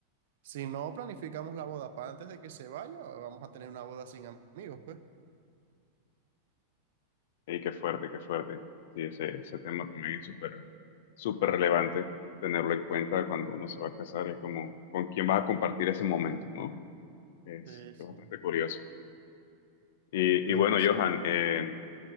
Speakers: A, on the right; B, on the left.
A: si no planificamos la boda para antes de que se vaya, vamos a tener una boda sin amigos, pues.
B: Y qué fuerte, qué fuerte. Sí, ese, ese tema también es súper, súper relevante tenerlo en cuenta cuando uno se va a casar, es como con quién vas a compartir ese momento, ¿no? Es,
A: Sí, sí.
B: es bastante curioso. Y,
A: Lo
B: y bueno,
A: que sí.
B: Johan, eh,